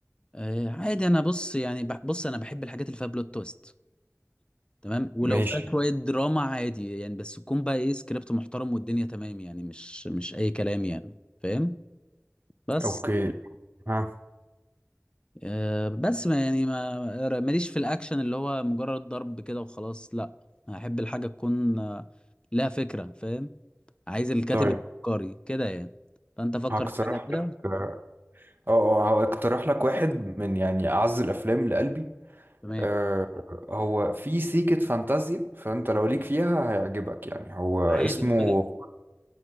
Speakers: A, on the left (about 20°); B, on the right (about 40°).
A: آه عادي انا بص يعني بح- بص انا بحب الحاجات اللي فيها بلوت تويست تمام ولو
B: ماشي
A: فيها شويه دراما عادي يعني بس تكون بقى ايه سكريبت محترم والدنيا تمام يعني مش مش اي كلام يعني فاهم بس
B: أوكي ها
A: آه، بس ما يعني ما ماليش في الاكشن اللي هو مجرد ضرب كده وخلاص لا احب الحاجه تكون آه، لها فكره فاهم عايز الكاتب
B: طيب
A: يفكري كده يعني فانت فكر
B: هقترح
A: في حاجه كده
B: لك آه آه، أه هقترح لك واحد من يعني أعز الأفلام لقلبي
A: تمام
B: آه هو في سيكة فانتازيا فأنت لو ليك فيها هيعجبك يعني هو اسمه
A: عادي بقول لك